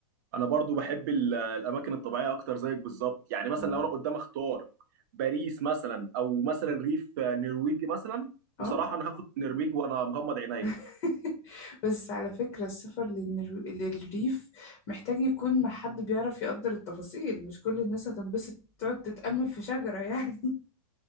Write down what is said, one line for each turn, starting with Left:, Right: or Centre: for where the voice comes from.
Right: انا برضو بحب ال- الاماكن الطبيعيه اكتر زيك بالظبط يعني مثلا
Left: اه
Right: لو انا قدام اختار باريس مثلا او مثلا ريف نرويجي مثلا
Left: آه.
Right: بصراحه انا هاخد النرويج وانا مغمض عينيا
Left: <laughs> بس على فكرة السفر للنرو- للريف محتاج يكون مع حد بيعرف يقدر التفاصيل مش كل الناس هتنبسط تقعد تتأمل في شجرة يعني